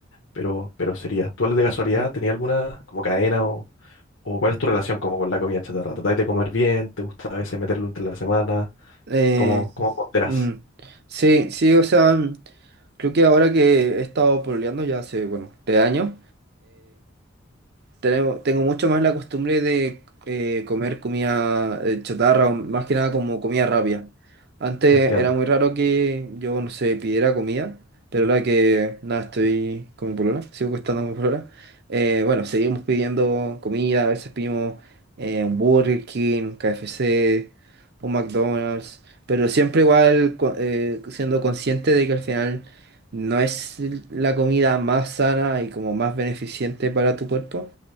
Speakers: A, on the left (about 80°); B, on the right (about 55°).
A: pero, pero sería. ¿Tú de casualidad
B: ya.
A: tenías alguna como cadena o, o cuál es tu relación como con la comida chatarra? ¿Tratáis de comer bien? ¿Te gusta a veces meterlo entre la semana?
B: Eh,
A: ¿Cómo, cómo ponderás?
B: mm, sí, sí, o sea, mm, creo que ahora que he estado pololeando ya hace, bueno, tres años, tenemos- tengo mucho más la costumbre de eh, comer comida eh, chatarra, o más que nada como comida rápida. Antes
A: entiendo.
B: era muy raro que yo, no sé, pidiera comida, pero ahora que nada, estoy con mi polola, sigo costando con mi polola. eh, bueno, seguimos pidiendo comida, a veces pedimos eh, un Burger King, KFC, un McDonald's, pero siempre igual co- eh, siendo consciente de que al final no es la comida más sana y como más beneficiente para tu cuerpo.